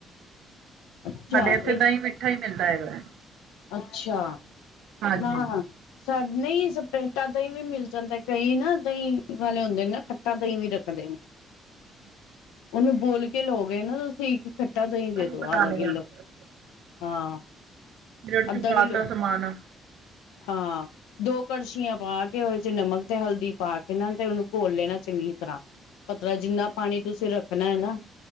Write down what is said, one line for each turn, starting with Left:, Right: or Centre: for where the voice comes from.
Left: ਅੱਛਾ
Right: ਸਾਡੇ ਇੱਥੇ
Left: ਇਹ
Right: ਦਈ ਮਿੱਠਾ ਈ ਮਿਲਦਾ ਹੈਗਾ।
Left: ਅੱਛਾ
Right: ਹਾਂਜੀ
Left: ਨਾ ਸਾ ਨਹੀਂ ਸਪਰੇਟਾ ਦਹੀਂ ਵੀ ਮਿਲ ਜਾਂਦੈ, ਕਈ ਨਾ ਦਹੀਂ ਵਾਲੇ ਹੁੰਦੇ ਨੇ ਨਾ ਖੱਟਾ ਦਹੀਂ ਵੀ ਰੱਖਦੇ ਨੇ।
Right: <inaudible>
Left: ਓਨੂੰ ਬੋਲ ਕੇ ਲੋਗੇ ਨਾ ਤੂਸੀ ਕੀ ਖੱਟਾ ਦਹੀਂ ਦੇ
Right: ਕੜੀ
Left: ਦੋ
Right: ਬਣਾਉਣੀ
Left: ਆਦਾ ਕਿੱਲੋ,
Right: ਆ ਅਸੀਂ
Left: ਹਾਂ।
Right: ਰਿੜ
Left: ਅੱਦਾ
Right: ਚੁ ਪਾਤਾ
Left: ਕਿੱਲੋ,
Right: ਸਮਾਨ
Left: ਹਾਂ। ਦੋ ਕੜਸੀ਼ਆਂ ਪਾ ਕੇ ਓਦੇ ਚ ਨਮਕ ਤੇ ਹਲਦੀ ਪਾ ਕੇ ਨਾ ਤੇ ਓਨੂੰ ਘੋਲ ਲੈਨਾ ਚੰਗੀ ਤਰਾਂ। ਪਤਲਾ ਜਿੰਨਾ ਪਾਣੀ ਤੂਸੀ ਰੱਖਨੈ ਨਾ,